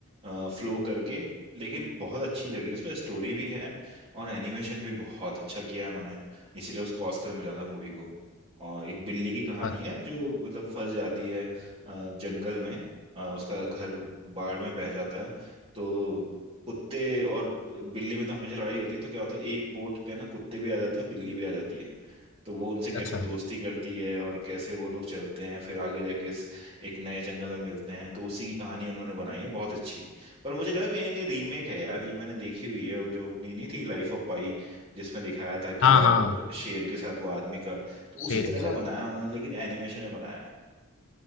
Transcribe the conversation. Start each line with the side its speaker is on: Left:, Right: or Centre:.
Right: फ्लो करके लेकिन बहुत अच्छी लगी उसमें स्टोरी भी है और एनिमेशन भी बहुत अच्छा किया है उन्होंने इसीलिए उसको ऑस्कर मिला था मूवी को और एक बिल्ली की कहानी
Left: हाँ,
Right: है जो मतलब फंस जाती है अ, जंगल में अ, उसका घर बाढ़ में बह जाता है तो कुत्ते और बिल्ली में तो हमेशा लड़ाई होती है तो क्या होता है एक बोट पे ना कुत्ते भी आ जाते हैं बिल्ली भी आ जाती है तो वो उनसे कैसे
Left: अच्छा
Right: दोस्ती करती है और कैसे वो लोग चलते हैं फिर आगे जाके इस एक नए जंगल में मिलते हैं तो उसी की कहानी उन्होंने बनाई है बहुत अच्छी पर मुझे लगा कहीं ना कहीं रीमेक है यार ये मैंने देखी हुई है वो जो अपनी नहीं थी लाइफ ऑफ पाई जिसमें दिखाया था कि
Left: हाँ
Right: यार
Left: हाँ
Right: वो शेर के साथ वो आदमी का तो
Left: शेर
Right: उसी तरह
Left: के
Right: का
Left: साथ
Right: बनाया उन्होंने लेकिन एनिमेशन में बनाया